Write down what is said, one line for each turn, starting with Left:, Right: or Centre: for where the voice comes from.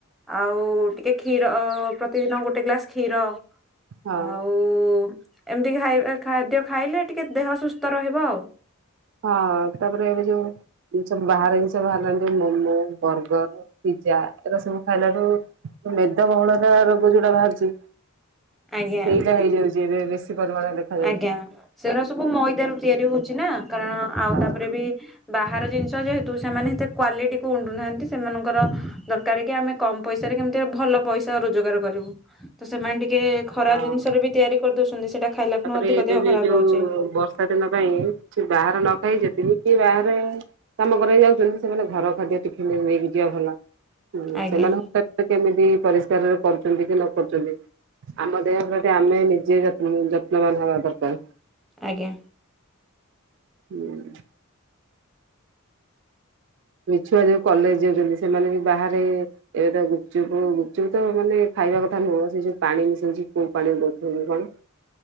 Centre: ଆଉ ଟିକେ କ୍ଷୀର ଅ ପ୍ରତିଦିନ ଗୋଟେ ଗ୍ଲାସ୍ କ୍ଷୀର।
Right: ହଁ
Centre: ଆଉ ଏମିତି <unintelligible> ଖାଦ୍ୟ ଖାଇଲେ, ଟିକେ ଦେହ ସୁସ୍ଥ ରହିବ ଆଉ।
Right: ହଁ ତାପରେ ଏବେ ଯୋଉ ସବୁ ବାହାର ଜିନିଷ ବାହାରିଲାଣି ମୋମୋ, ବର୍ଗର, ପିଜ୍ଜା, ଏ ସବୁ ଖାଇଲାଠୁ ମେଦବହୁଳତା ରୋଗ ଯୋଉଟା ବାହାରୁଛି
Centre: ଆଜ୍ଞା।
Right: ସେଇଟା ହେଇଯାଉଛି ଏବେ ବେଶୀ ପରିମାଣରେ। ଦେଖାଯାଉଛି।
Centre: ଆଜ୍ଞା। ସେଗୁଟା ସବୁ ମଇଦା ରୁ ତିଆରି ହଉଛି ନା କାରଣ ଆଉ
Right: ହଁ
Centre: ତାପରେ ବି ବାହାର ଜିନିଷ ଯେହେତୁ ସେମାନେ ଏତେ କ୍ଵାଲିଟି କୁ ଉଣ୍ଡୁନାହାନ୍ତି, ସେମାନଙ୍କର ଦରକାର କି ଆମେ କମ ପଇସାରେ କେମିତି ଭଲ ପଇସା ରୋଜଗାର କରିବୁ। ତ ସେମାନେ ଟିକେ ଖରାପ
Right: ହଁ
Centre: ଜିନିଷରେ ବି ତିଆରି କରିଦଉଛନ୍ତି। ସେଇଟା ଖାଇଲା ଖୁଣୁ
Right: ତାପରେ
Centre: ଅଧିକ
Right: ଏବେ
Centre: ଦେହ
Right: ବି
Centre: ଖରାପ
Right: ଯୋଉ
Centre: ହଉଛି।
Right: ବର୍ଷା ଦିନ ପାଇଁ କିଛି ବାହର ନ ଖାଇ <unintelligible> ବାହାରେ ତମ ଘରେ ଯାଉଛନ୍ତି ସେମାନେ ଘର ଖାଦ୍ୟ ଟିଫିନରେ ନେଇକି ଯିବା ଭଲ। ହୁଁ
Centre: ଆଜ୍ଞା
Right: ସେମାନେ <unintelligible> କେମିତି ପରିଷ୍କାରରେ କରୁଛନ୍ତି କି ନ କରୁଛନ୍ତି। ଆମ ଦେହ ପ୍ରତି ଆମେ ନିଜେ ଯନ ଯତ୍ନବାନ ହବା ଦରକାର।
Centre: ଆଜ୍ଞା।
Right: ହୁଁ। ଛୁଆ ଯୋଉ କଲେଜ ଯାଉଛନ୍ତି ସେମାନେ ବି ବାହାରେ ଏବେ ତ ଗୁପଚୁପ ଗୁପଚୁପ ତ ମାନେ ଖାଇବା କଥା ନୁହଁ, ସେ ଯୋଉ ପାଣି ମିଶୋଛି କୋଉ ପାଣିରେ ଦଉଥିବ କି କଣ।